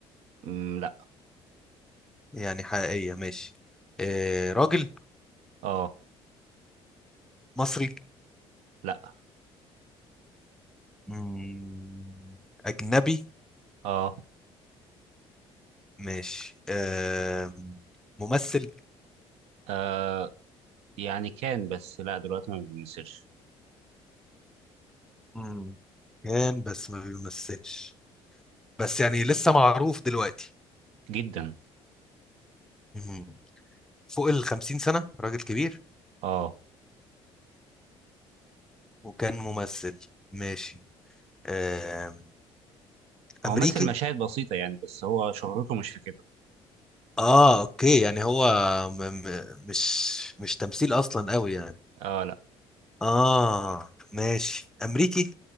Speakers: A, on the right (about 80°); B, in the centre.
A: مم لا
B: يعني حقيقية ماشي آه راجل
A: اه
B: مصري
A: لا
B: مم، أجنبي
A: اه
B: ماشي آه ممثل
A: آه يعني كان بس لا دلوقتي ما بيمثلش
B: مم، كان بس ما بيمثلش بس يعني لسه معروف دلوقتي
A: جدا
B: مهم. فوق ال 50 سنة راجل كبير
A: اه
B: وكان ممثل ماشي آم،
A: هو
B: أمريكي
A: مثل مشاهد بسيطة يعني بس هو شهرته مش في كده
B: اه اوكي يعني هو م م مش مش تمثيل اصلا قوي يعني
A: اه لا
B: اه ماشي أمريكي